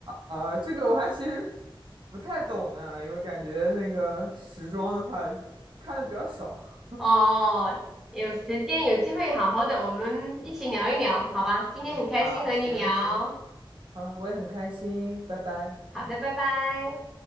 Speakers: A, on the right; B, in the centre.
A: 啊，这个我还其实不太懂呢，因为感觉那个时装的话看的比较少。
B: 哦，有时间有机会好好的，我们一起聊一聊，好吧？今天很开心和你聊。
A: 嗯，好，行行，好，我也很开心，拜拜。
B: 好的，拜拜。